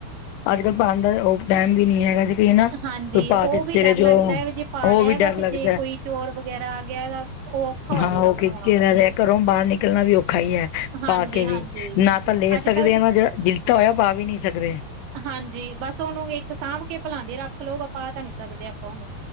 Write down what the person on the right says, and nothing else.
ਹਾਂਜੀ,
ਉਹ
ਵੀ ਡਰ
ਲੱਗਦਾ ਹੈ ਵੀ ਜੇ ਪਾ
ਲਿਆ
ਹੈਗਾ
ਤੇ
ਜੇ ਕੋਈ ਚੋਰ ਵਗੈਰਾ ਆ ਗਿਆ ਹੈਗਾ। ਉਹ ਔਖਾ ਹੋ
ਜਾਏਗਾ
ਬਣਾਉਣਾ।
ਹਾਂਜੀ-ਹਾਂਜੀ,
ਅੱਜ-ਕੱਲ੍ਹ
ਤਾਂ
ਹਾਂਜੀ ਬਸ ਉਹਨੂੰ ਇੱਕ ਸਾਂਭ ਕੇ ਭਲਾ ਦੀ ਰੱਖ ਲਓ ਆਪ ਤਾਂ ਨਹੀਂ ਸਕਦੇ ਆਪਾਂ ਉਹਨੂੰ।